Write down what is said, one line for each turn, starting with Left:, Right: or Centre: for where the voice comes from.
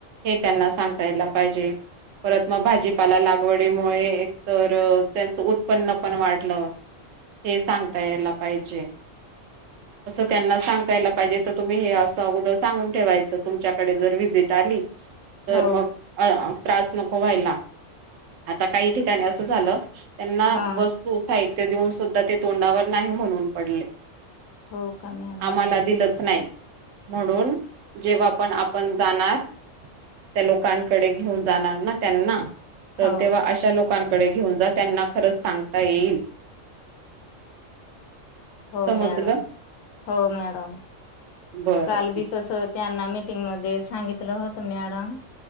Right: हे त्यांना सांगता यायला पाहिजे परत मग भाजीपाला लागवडीमुळे एक तर त्यांच उत्पन्न पण वाढलं हे सांगता यायला पाहिजे असं त्यांना सांगता यायला पाहिजे, तर तुम्ही हे असं अगोदर सांगून ठेवायचं. तुमच्याकडे जर व्हिजिट आली. तर
Left: हो
Right: मग अ त्रास नको व्हायला, आता काही ठिकाणी असं झालं त्यांना
Left: हा
Right: वस्तू साहित ते देऊन सुद्धा ते तोंडावर नाही म्हणून पडले.
Left: हो का मॅडम
Right: आम्हाला दिलच नाही. म्हणून जेव्हा पण आपण जाणार त्या लोकांकडे घेऊन जाणार ना त्यांना तर
Left: हो
Right: तेव्हा अशा लोकांकडे घेऊन जातात. त्यांना खरंच सांगता येईल.
Left: हो
Right: समजलं
Left: मॅडम हो मॅडम
Right: बरं
Left: काल बी
Right: ठीक
Left: तस त्यांना मि. मटिंग मध्ये सांगितलं होत मॅडम